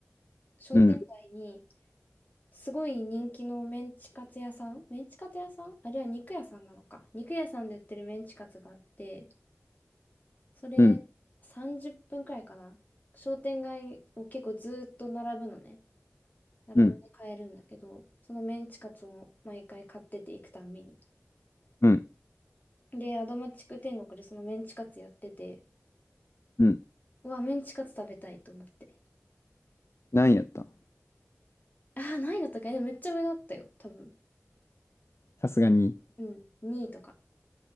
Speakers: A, on the left; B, on the left.
A: 商店街に
B: うん、
A: すごい人気のメンチカツ屋さんメンチカツ屋さんあれは肉屋さんなのか。肉屋さんで売ってるメンチカツがあって、それ30分くらいかな。
B: うん、
A: 商店街を結構ずーっと並ぶのね。並んで買えるんだけど、
B: うん、
A: そのメンチカツを毎回買ってて行くたんびに。
B: うん、
A: で、アドマチック天国でそのメンチカツやってて、
B: うん。
A: うわ、メンチカツ食べたいと思って。
B: 何位やったん
A: ああ、何位だったっけえめっちゃ上だったよ、多分。
B: さすがに、
A: うん、2位とか。